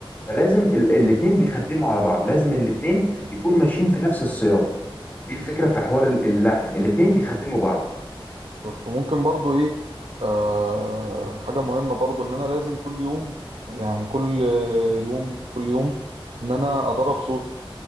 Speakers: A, on the left; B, on the right.
A: فلازم الاثنين بيخدموا على بعض لازم الاثنين يكونوا ماشيين في نفس السياق دي الفكرة
B: بالظبط
A: في حوار ال- اللحن الاثنين بيخدموا بعض
B: بالظبط وممكن برضو ايه آه حاجة مهمة برضو ان انا لازم كل يوم يعني كل يوم كل يوم ان انا ادرب صوتي